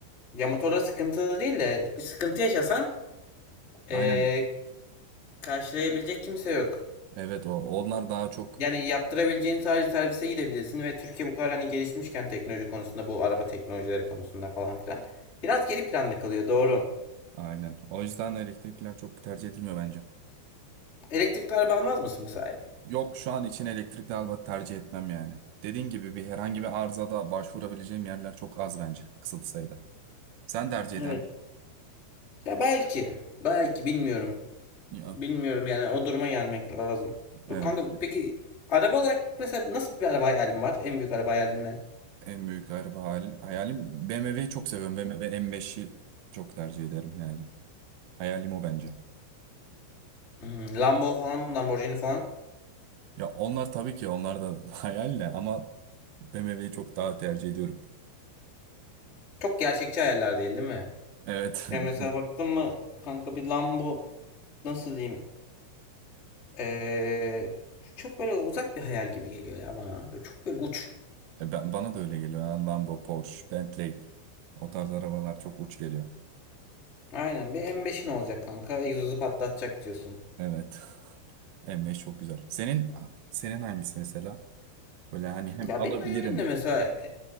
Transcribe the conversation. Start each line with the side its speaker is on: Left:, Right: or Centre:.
Left: Ya motorları sıkıntılı değil de bir sıkıntı yaşasan eee,
Right: aynen
Left: karşılayabilecek kimse yok.
Right: evet o onlar daha çok
Left: Yani yaptırabileceğin sadece servise gidebilirsin ve Türkiye bu kadar hani gelişmişken teknoloji konusunda bu araba teknolojileri konusunda falan filan. Biraz geri planda kalıyor doğru.
Right: aynen o yüzden elektrikliler çok tercih edilmiyor bence.
Left: Elektrikli araba almaz mısın mesela?
Right: Yok şu an için elektrikli araba tercih etmem yani. Dediğin gibi bir herhangi bir arızada başvurabileceğim yerler çok az bence kısıtlı sayıda. Sen tercih
Left: Evet.
Right: eden
Left: Ya belki. Belki bilmiyorum.
Right: Ya,
Left: Bilmiyorum yani o duruma gelmek lazım.
Right: evet.
Left: Bu kanka peki araba olarak mesela nasıl bir araba hayalin var? En büyük araba hayalin ne?
Right: En büyük araba hayal- hayalim BMW'yi çok seviyorum. BMW M5'i çok tercih ederim yani. Hayalim o bence.
Left: Hmm, Lambo falan, Lamborghini falan.
Right: Ya onlar tabii ki onlar da <laughs> hayal de ama BMW'yi çok daha tercih ediyorum.
Left: Çok gerçekçi hayaller değil değil mi?
Right: Evet.
Left: Ya
Right: <laughs>
Left: mesela baktın mı kanka bir Lambo nasıl diyeyim? Ee, çok böyle uzak bir hayal gibi geliyor ya bana. Böyle çok böyle uç.
Right: E Ben, bana da öyle geliyor. Yani Lambo, Porsche, Bentley. O tarz arabalar çok uç geliyor.
Left: Aynen bir M5'in olacak kanka. Egzozu patlatacak diyorsun.
Right: Evet. <laughs> M5 çok güzel. Senin senin hangisi mesela? Böyle hani hem
Left: Ya
Right: alabilirim.
Left: benim hayalim de mesela